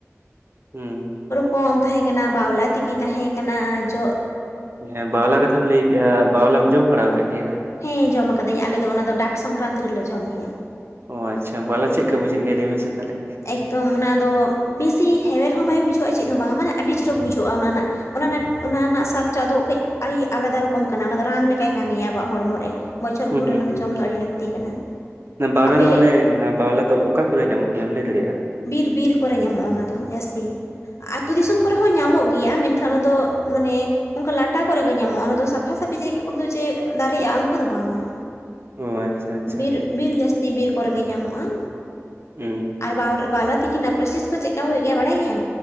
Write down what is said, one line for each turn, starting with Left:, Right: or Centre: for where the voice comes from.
Right: ᱦᱩᱸ
Left: ᱠᱚ ᱮᱢ ᱛᱟᱦᱮᱸ ᱠᱟᱱᱟ ᱵᱟᱣᱞᱟ ᱛᱮᱜᱤ ᱛᱟᱦᱮᱸ ᱠᱟᱱᱟ ᱡᱚᱜ
Right: ᱦᱮᱸ ᱵᱟᱣᱞᱟ ᱠᱟᱛᱷᱟᱢ ᱞᱟᱹᱭ ᱠᱮᱜ-ᱟ ᱵᱟᱣᱞᱟᱢ ᱡᱚᱢ ᱵᱟᱲᱟ ᱟᱠᱟᱜ ᱜᱮᱭᱟ
Left: ᱦᱮᱸ ᱡᱚᱢ ᱠᱟᱫᱟᱹᱧ ᱟᱞᱮ ᱫᱚ ᱚᱱᱟ ᱫᱚ ᱰᱟᱠ ᱥᱚᱝᱠᱨᱟᱱᱛᱤ ᱨᱮᱞᱮ ᱡᱚᱢ ᱜᱮᱭᱟ᱾
Right: ᱚ ᱟᱪᱪᱷᱟ ᱵᱟᱣᱞᱟ ᱪᱮᱫᱠᱟ ᱵᱩᱡᱷᱟᱹᱜ ᱜᱮᱭᱟ ᱞᱟᱹᱭ ᱢᱮᱥᱮ ᱛᱟᱦᱞᱮ
Left: ᱮᱠᱫᱚᱢ ᱚᱱᱟᱫᱚ ᱵᱮᱥᱤ ᱦᱮᱣᱮᱨ ᱦᱚᱸ ᱵᱟᱭ ᱵᱩᱡᱷᱟᱹᱜ-ᱟ ᱪᱮᱫᱦᱚᱸ ᱵᱟᱝᱟ ᱢᱟᱱᱮ ᱟᱹᱰᱤ ᱪᱚᱨᱚᱠ ᱵᱩᱡᱷᱟᱹᱜ-ᱟ ᱚᱱᱟ ᱨᱮᱱᱟᱜ ᱚᱱᱟ ᱨᱮᱱᱟᱜ ᱚᱱᱟ ᱨᱮᱱᱟᱜ ᱥᱟᱫᱴᱟᱜ ᱫᱚ ᱠᱟᱹᱡ ᱟᱹᱰᱤ ᱟᱞᱟᱫᱟ ᱨᱚᱠᱚᱢ ᱠᱟᱱᱟ ᱚᱱᱟ ᱫᱚ ᱨᱟᱱ ᱞᱮᱠᱟᱭ ᱠᱟᱹᱢᱤᱭᱟ ᱟᱵᱚᱣᱟᱜ ᱦᱚᱲᱢᱚ ᱨᱮ ᱵᱚᱪᱷᱚᱨ
Right: ᱦᱩᱸ
Left: ᱵᱷᱳᱨ ᱨᱮ
Right: ᱦᱩᱸ
Left: ᱚᱱᱟ ᱫᱚ ᱡᱚᱢ ᱫᱚ ᱟᱹᱰᱤ ᱞᱟᱹᱠᱛᱤ ᱠᱟᱱᱟ
Right: ᱚᱱᱟ ᱵᱟᱣᱞᱟ
Left: ᱟᱯᱮ
Right: ᱫᱚ ᱢᱟᱱᱮ ᱚᱱᱟ ᱵᱟᱣᱞᱟ ᱫᱚ ᱚᱠᱟ ᱠᱚᱨᱮ ᱧᱟᱢᱚᱜ ᱜᱮᱭᱟᱢ ᱞᱟᱹᱭ ᱫᱟᱲᱮᱭᱟᱜ-ᱟ
Left: ᱵᱤᱨ ᱵᱤᱨ ᱠᱚᱨᱮ ᱧᱟᱢᱚᱜ-ᱟ ᱚᱱᱟ ᱫᱚ ᱡᱟᱹᱥᱛᱤ᱾ ᱟᱹᱛᱩ ᱫᱤᱥᱚᱢ ᱠᱚᱨᱮ ᱦᱚᱸ ᱧᱟᱢᱚᱜ ᱜᱮᱭᱟ ᱢᱮᱱᱠᱷᱟᱱ ᱚᱱᱟᱫᱚ ᱢᱟᱱᱮ ᱚᱱᱠᱟ ᱞᱟᱴᱟ ᱠᱚᱨᱮ ᱜᱮ ᱧᱟᱢᱚᱜ-ᱟ ᱚᱱᱟ ᱫᱚ ᱥᱟᱯᱷᱟ ᱥᱟᱯᱷᱤ ᱡᱟᱭᱜᱟ ᱠᱚᱨᱮ ᱫᱚ ᱡᱮ ᱫᱟᱨᱮᱜ-ᱟ ᱚᱱᱠᱟ ᱫᱚ ᱵᱟᱝ-ᱟ᱾
Right: ᱚ ᱟᱪᱪᱷᱟ ᱟᱪᱪᱷᱟ
Left: ᱵᱤᱨ ᱵᱤᱨ ᱡᱟᱹᱥᱛᱤ ᱵᱤᱨ ᱠᱚᱨᱮ ᱜᱮ ᱧᱟᱢᱚᱜ-ᱟ᱾
Right: ᱦᱩᱸ
Left: ᱟᱨ ᱵᱟᱣᱨ ᱵᱟᱣᱞᱟ ᱛᱤᱠᱤ ᱨᱮᱱᱟᱜ ᱯᱨᱚᱥᱮᱥ ᱠᱚ ᱪᱮᱫᱠᱟ ᱦᱩᱭᱩᱜ ᱜᱮᱭᱟ ᱵᱟᱲᱟᱭ ᱜᱮᱭᱟᱢ